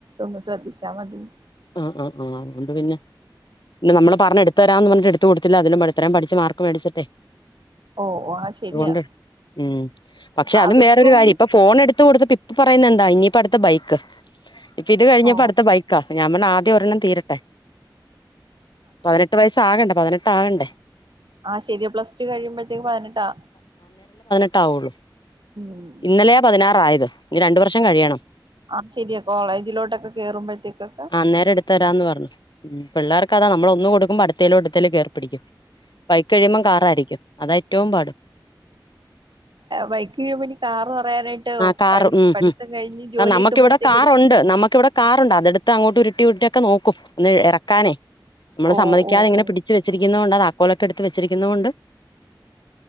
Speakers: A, on the right; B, on the left.
A: ഒന്ന് ശ്രദ്ധിച്ചാ മതി
B: ആഹ് ആഹ് ആഹ് അത്കെണ്ട് പിന്നെ പിന്ന നമ്മള് പറഞ് എടുത്ത് തരാ എന്ന് പറഞ്ഞ് എട് കൊടുത്തില്ല അതി പഠത്തരം പഠിച്ച മാർക്ക് മേടിച്ചിട്ടെ
A: ഓ ആ ശരിയാ
B: അതുകൊണ്ട് ഉം പക്ഷെ അതും
A: അവർക്കും
B: വേറൊരു കാര്യം ഇപ്പൊ ഫോൺ എടുത്ത് എടുത്ത് കൊടുത്ത് ഇപ്പ പറയുനെന്താ ഇനിയിപ്പം അടുത്തത് ബൈക്ക് ഇപ്പ ഇത്ഴിഞ്ഞപ്പോ
A: ഓ
B: അടുത്ത ബൈക്കാ ആദ്യം ഒരെണ്ണം തീരട്ടെ പതിനെട്ട് വയസ്സ ആകണ്ട പതിനെട്ട് ആ ഉണ്ട്
A: ആ ശരിയ പ്ലസ് ടു കഴിയുമ്പോഴത്തേക്ക് പതിനെട്ടാ
B: ട്ട ആവുള്ളൂ
A: ഉം
B: ഇന്നലെയാ പതിനാറായത് ഇനി രണ്ടു വർഷം കഴിയണം
A: ആ ശരിയാ കോളേജിലോട്ടൊക്കെ കേറുമ്പോഴത്തേക്ക്
B: അന്നേരംഎടുത്ത് തരാമെന്ന് പറഞ്ഞു. പിള്ളാർക്കതാ നമ്മ ഒന്ന് കൊടുക്കുമ്പോ അടുത്ത തിലോട്ട് തള്ളി കേറും പിഠിക്കും. ബൈക്ക് കഴിയുമ്പോ കാറായിരിക്കും അതാഏറ്റവും പാട്.
A: ബൈക്ക് കഴിയുമ്പോ ഇനി കാറ് പറയാനായിട്ട്
B: ആ കാർ
A: പഠി
B: ഉം
A: പഠിത്തം
B: ഉം
A: കഴിഞ്ഞ് ജോലി
B: ആ നമുക്കിവിടെ
A: കിട്ടുമ്പോഴത്തേക്ക്
B: കാറുണ്ട്
A: എടു
B: നമുക്കിവിടെ കാറുണ്ട് അതടുത്ത് ഇ അങ്ങോട്ട് ഉരുട്ടി ഉരുട്ടി നോക്കും ഒന്ന് ഇറക്കാനേ. നമ്മള്
A: ഓ
B: സമ്മതിക്കാതെ
A: ഓ
B: ഇങ്ങനെ
A: ഓ
B: പിടിച്ച് വെച്ചിരിക്കുന്ന കൊണ്ടാ താക്കോലെക്കെ എടുത്ത് ത്ത് വച്ചിരിക്കുന്നകൊണ്ട്